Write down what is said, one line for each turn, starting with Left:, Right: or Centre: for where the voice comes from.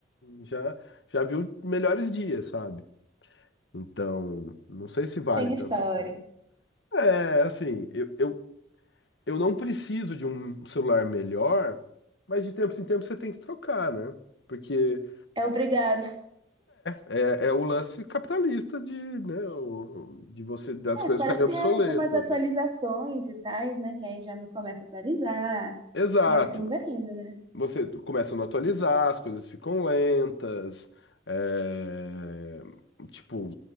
Left: Já, já viu melhores dias, sabe? Então, não sei se vale
Right: Tem
Left: tanto
Right: história.
Left: a pena. É, assim, eu, eu eu não preciso de um celular melhor, mas de tempos em tempos você tem que trocar, né? Porque
Right: É obrigado.
Left: é, é o lance capitalista de, né, o- de você das
Right: É,
Left: coisas
Right: para
Left: ficarem
Right: ter
Left: obsoletas.
Right: algumas atualizações
Left: né?
Right: e tais, né? Que aí já não começa a atualizar.
Left: Exato.
Right: E assim vai indo, né?
Left: Você começa a não atualizar, as coisas ficam lentas. é, tipo,